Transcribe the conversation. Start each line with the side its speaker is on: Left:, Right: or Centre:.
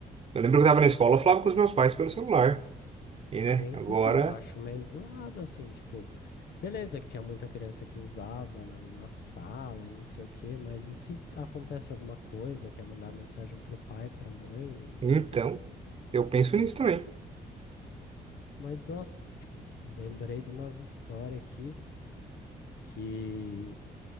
Right: Eu lembro que eu tava na escola, eu falava com os meus pais pelo celular. E, né,
Left: Sim,
Right: agora...
Left: então, acho meio zoado, assim, tipo, beleza que tinha muita criança que usava na, na sala e não sei o quê, mas e se acontece alguma coisa, quer mandar mensagem pro pai, pra mãe,
Right: Então, eu penso
Left: tem
Right: nisso
Left: que...
Right: também.
Left: Mas, nossa, lembrei de umas histórias aqui que